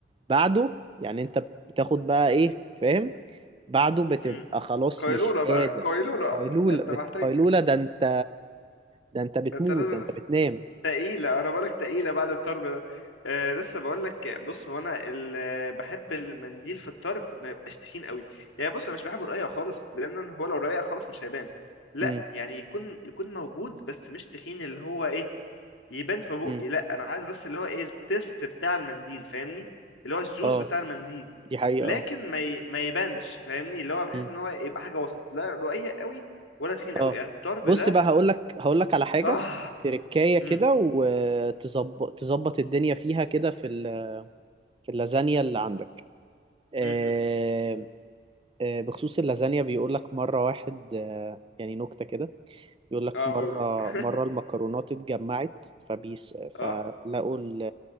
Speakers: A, on the right; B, on the left.
A: بعده يعني انت بتاخد بقى ايه فاهم بعده بتبقى
B: أمم.
A: خلاص
B: قيلولة
A: مش
B: بقى
A: قادر
B: قيلولة
A: قيلولة
B: أنت
A: بت...
B: محتاج
A: قيلولة ده انت ده انت بتموت
B: أنت لازم
A: ده انت بتنام
B: تقيلة أنا بقولك تقيلة بعد الطرب ده آه لسه بقولك بص هو أنا ال- بحب المنديل في الطرب ما يبقاش تخين قوي يعني بص أنا مش بحبه رقيق خالص لأن أنا- هو لو رقيق خالص مش هيبان لا
A: امم
B: يعني يكون يكون موجود بس مش تخين اللي هو إيه يبان في بقي
A: امم
B: لا أنا عايز بس اللي هو إيه التيست بتاع المنديل فاهمني اللي هو الجوز
A: اه
B: بتاع المنديل
A: دي حقيقة
B: لكن
A: اه
B: ما ي... ما يبانش فاهمني اللي هو بحس
A: مم.
B: إن هو يبقى حاجة وسط لا رقيق قوي ولا تخين
A: اه
B: قوي الطرب
A: بص
B: ده
A: بقى هقول لك هقول لك على حاجة
B: آه
A: تركاية كده
B: مم.
A: وتظبط تظبط الدنيا فيها كده في ال... في اللازانيا اللي عندك آه...
B: مم.
A: آه... بخصوص اللازانيا بيقول لك مرة واحد آه... يعني نكتة كده بيقول لك
B: اه
A: مرة
B: قول <laughs>
A: مرة المكرونات اتجمعت فبيس
B: اه
A: فلقوا ال...